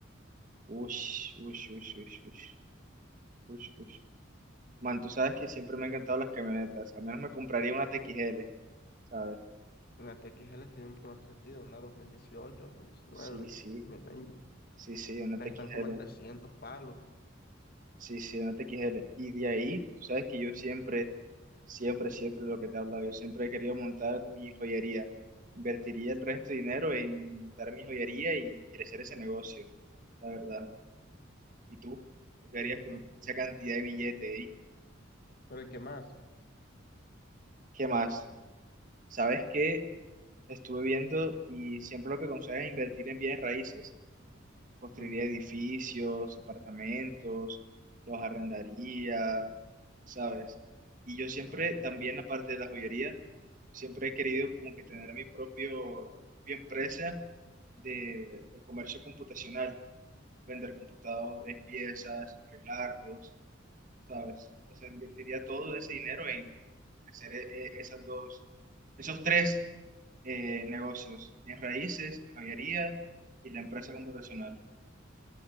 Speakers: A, on the right; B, on the left.
A: Ush, ush, ush, ush, ush, ush, ush. Man, tú sabes que siempre me han encantado las camionetas, al menos me compraría una TXL, ¿sabes?
B: Una TXL tiene mucho más sentido, una 2018, 2019,
A: Sí,
B: 2020.
A: sí, sí, sí, una
B: Estas
A: TXL.
B: Están como en trescientos palos.
A: Sí, sí, una TXL. Y de ahí, tú sabes que yo siempre, siempre, siempre lo que te he hablado, yo siempre he querido montar mi joyería. Invertiría el resto de dinero en montar mi joyería y crecer ese negocio, la verdad. ¿Y tú? ¿Tú qué
B: Ujú.
A: harías con esa cantidad de billete ahí?
B: ¿Pero y qué más?
A: ¿Qué más? ¿Sabes qué? Estuve viendo y siempre lo que aconsejas es invertir en bienes raíces. construiría
B: Ujú,
A: edificios, apartamentos, los arrendaría, ¿sabes? Y yo siempre,
B: ujú,
A: también aparte de la joyería, siempre he querido como que tener mi propio, mi empresa de, de comercio computacional, vender computadores, piezas, arreglarlos, ¿sabes? O sea, invertiría todo ese dinero en hacer e- e- esas dos, esos tres eh, negocios, mis raíces, mi joyería y la empresa computacional.